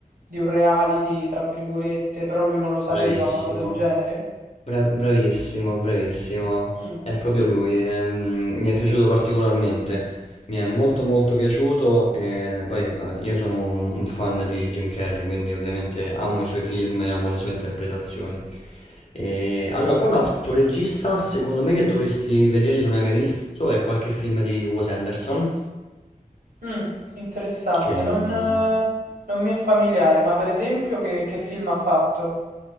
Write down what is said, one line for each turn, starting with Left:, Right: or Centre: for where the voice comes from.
Right: di un reality, tra virgolette, però lui non lo sapeva,
Left: Bravissimo.
Right: una cosa del genere.
Left: Bra- bravissimo, bravissimo,
Right: Mm,
Left: è proprio lui, ehm, mi è piaciuto particolarmente, mi è molto molto piaciuto, e poi vabbè, io sono un, un fan di Jim Carrey, quindi ovviamente amo i suoi film e amo le sue interpretazioni. E, allora, poi un altro regista, secondo me, che dovresti vedere se non hai mai visto, è qualche film di Wes Anderson,
Right: mm, interessante,
Left: Sì. che,
Right: non, eh, non mi è familiare, ma per esempio che, che film ha fatto?